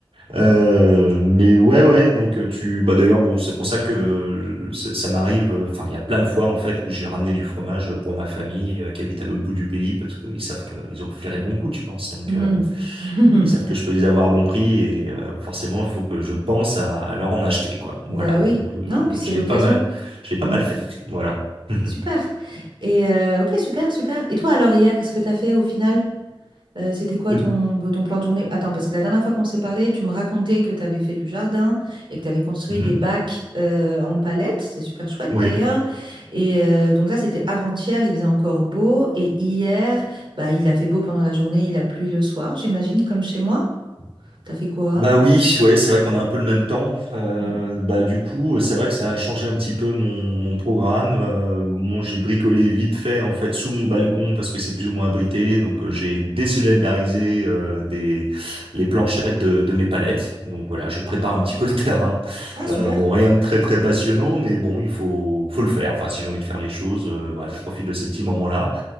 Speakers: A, on the right; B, on the right.
A: Euh, mais ouais, ouais, donc euh, tu... Bah, d'ailleurs, bon, c'est pour ça que euh, ça ça m'arrive, euh, enfin, il y a plein de fois, en fait, où j'ai ramené du fromage pour ma famille euh, qui habite à l'autre bout du pays, parce qu'ils savent qu'ils ont flairé le bon coup, tu penses. Donc,
B: Mhm.
A: euh,
B: <laughs>
A: ils savent que je peux les avoir à bon prix, et euh, forcément, il faut que je pense à, à leur en acheter, quoi.
B: Bah
A: Voilà,
B: oui.
A: donc euh,
B: Non, puis c'est
A: je
B: l'occasion.
A: l'ai pas mal, je l'ai pas
B: Mm.
A: mal fait, voilà. <laughs> Mhm.
B: Super. Et euh, ok, super, super. Et toi alors hier, qu'est-ce que t'as fait au final? Euh, c'était quoi
A: Eh
B: ton,
A: ben,
B: ton plan de journée? Attends, parce que la dernière fois qu'on s'est parlé, tu me racontais que tu avais fait du jardin et que tu avais construit
A: Mhm.
B: des bacs euh, en palette. C'était super chouette
A: Oui.
B: d'ailleurs. Et euh, donc ça, c'était avant-hier, il faisait encore beau. Et hier, bah, il a fait beau pendant la journée, il a plu le soir, j'imagine, comme chez moi. T'as fait quoi?
A: Bah oui, ouais, c'est vrai qu'on a un peu le même temps. Euh,
B: Mm.
A: bah du coup, c'est vrai que ça a changé un petit peu mon, mon programme. Euh, bon, j'ai bricolé vite fait en fait sous mon balcon parce que c'est plus ou moins abrité. Donc euh, j'ai désolidarisé euh, des les planchettes de, de mes palettes. Donc voilà, je prépare un petit peu le <laughs> terrain.
B: Ah,
A: Euh,
B: super.
A: bon, rien de très très passionnant, mais bon, il faut faut le faire. Enfin, si j'ai envie de faire les choses, euh, voilà, je profite de ces petits moments-là.